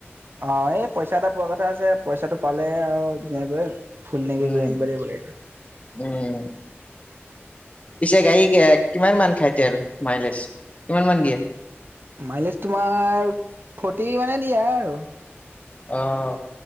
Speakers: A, on the right; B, on the left.
A: অ, এই পইচা এটা পোৱা কথা আছে পইচাটো পালে আৰু ধুনীয়াকৈ ফুল টেংকি
B: উম
A: কৰি আনিব লাগিবগে।
B: উম পিছে গাড়ী কিমান মান খাই তেল মাইলেজ। কিমান মান দিয়ে
A: মাইলেজ তোমাৰ ফৰ্টি মানে দিয়া আৰু।
B: অ',